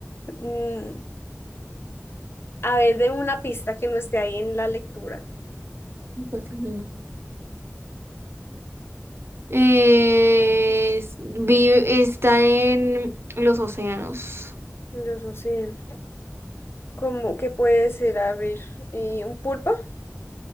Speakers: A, on the left (about 50°); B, on the right (about 50°).
A: Mm, A ver, deme una pista que no esté ahí en la lectura.
B: no puedo ser ni maldita. Es- vive- está en los océanos.
A: Yo no sé. ¿Cómo que puede ser? A ver, eh, ¿un pulpo?